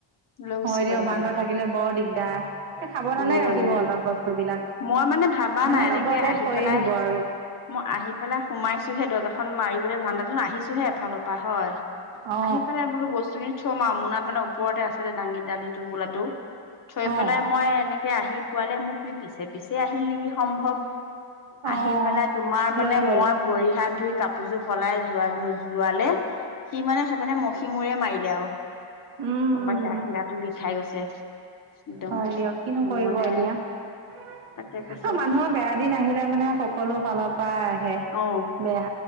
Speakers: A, on the left; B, on the right.
A: লৈ গুচি
B: হয় দিয়ক
A: গ'ল বান্দৰে
B: বান্দৰ থাকিলে বৰ দিগদাৰ সাৱধানে
A: বহুত
B: ৰাখিব
A: অন্যায়
B: অলপ বস্তু বিলাক
A: মই মানে ভাবা
B: মানে
A: নাই এনেকে
B: লগতে
A: আহি
B: থৈয়ে
A: পেলাই
B: দিব আৰু
A: মই আহি পেলাই সোমাইছোহে দৰ্জাখন মাৰি বোলে ধান্দাতো আহিছোহে এফালৰ পৰা হয়
B: অ
A: আহি পেলাই বোলো বস্তুখিনি মুনাত মানে ওপৰতে আছিলে দাঙি দালি টোপুলাটো থৈ
B: অ
A: পেলাই মই এনে কে আহি পোৱালে মোক সি পিছে পিছে আহিল নেকি সম্ভৱ
B: অ
A: আহি পেলাই তোমাৰ মানে
B: লৈ গ'ল
A: মই ভৰি হাত ধুই কাপোৰযোৰ সলাই যোৱা নো যোৱালে সি মানে সেইপিনে মখি মূৰে মাৰিলে আও
B: উম
A: গম পাইছা গাটো বিষাই গৈছে একদম
B: হয় দিয়ক কিনো
A: উ
B: কৰিব
A: মানে
B: এতিয়া অ
A: তাকে কৈছো
B: মানুহৰ বেয়া দিন আহিলে মানে সকলো ফালৰ পৰাই আহে
A: অ
B: বেয়া